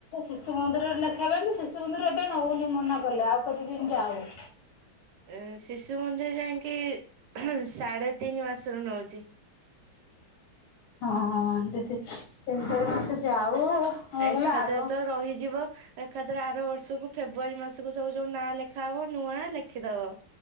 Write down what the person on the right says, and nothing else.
ଏ ଶିଶୁ ମନ୍ଦିର ଯାଇକି ସାଢେ଼ ତିନି ମାସରୁ ନଉଛି।
ଆ
ଏଖାଥରେ
ତ ରହିଯିବ। ଏକାଥରେ ଆର ବର୍ଷକୁ ଫେବୃୁଆାରୀ ମାସକୁ ସବୁ ଯୋଉ ନାଁ ଲେଖା ହବ ନୂଆ ଲେଖିଦବ।